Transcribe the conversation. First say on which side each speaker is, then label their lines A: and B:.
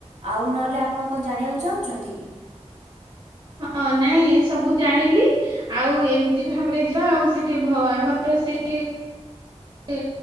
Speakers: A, on the right (about 75°); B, on the right (about 45°).
A: ଆଉ ନହେଲେ ଆପଣ କଣ ଜାଣିବାକୁ ଚାହୁଁଛନ୍ତି କି।
B: ହଁ ନାଇଁ ସବୁ ଜାଣିଲି ଆଉ ଏମିତି ଭାବରେ ଯିବା ଆଉ ସେଠି ଭ ଆମର ସେ ସେ